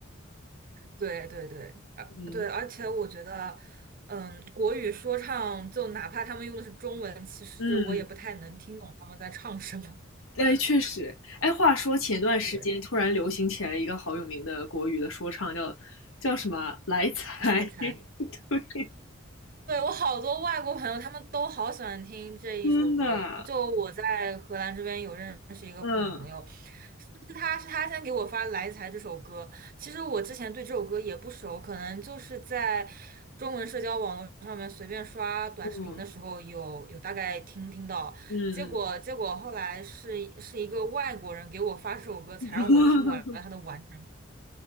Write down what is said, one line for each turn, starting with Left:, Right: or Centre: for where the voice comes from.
Right: 对对对，
Left: <laughs>
Right: 啊对，
Left: 嗯
Right: 而且我觉得，嗯，国语说唱就哪怕他们用的是中文，其实我也不太能听懂他们在唱什么。
Left: 嗯，哎，确实，哎，话说前段时间突然流行起来了一个好有名的国语的说唱，
Right: <laughs> 对，
Left: 叫叫什么来财？
Right: 来一猜。
Left: <laughs> 对，
Right: 对，我好多外国朋友，他们都好喜欢听这一首歌。
Left: 真的，
Right: 就我在荷兰这边有认识一个朋朋友，
Left: 嗯
Right: 是是他是他先给我发《来财》这首歌。其实我之前对这首歌也不熟，可能就是在中文社交网络上面随便刷短视频的时候有有大概听听到。
Left: 嗯嗯
Right: 结果结果后来是是一个外国人给我发这首歌，才让我听完了它的完整，
Left: 嗯，<laughs>